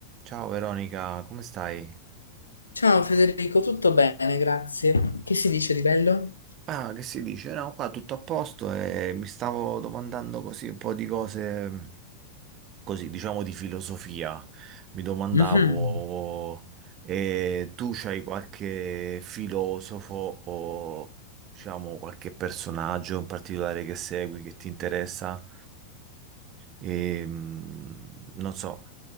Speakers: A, on the right; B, on the left.
A: Ciao Veronica, come stai?
B: Ciao Federico, tutto bene, grazie. Che si dice di bello?
A: Ah, che si dice? No, qua tutto a posto e mi stavo domandando così un po' di cose, così diciamo di filosofia. Mi domandavo,
B: Mhm.
A: eh, tu c'hai qualche filosofo o diciamo qualche personaggio in particolare che segui, che ti interessa? Ehm, non so,